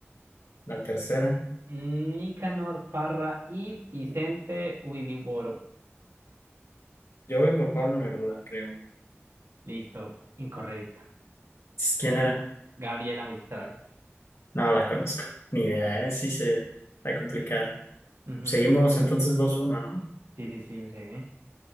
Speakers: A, on the left; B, on the right.
A: La tercera.
B: Nicanor Parra y Vicente Huidobro.
A: Yo voy por Pablo Neruda, creo.
B: Listo, incorrecta.
A: ¿Quién era?
B: Gabriela Mistral.
A: No la conozco. Ni idea, ¿eh? Sí se... Está complicada.
B: Ujú.
A: Seguimos entonces dos uno, ¿no?
B: Sí, sí, sí, breve.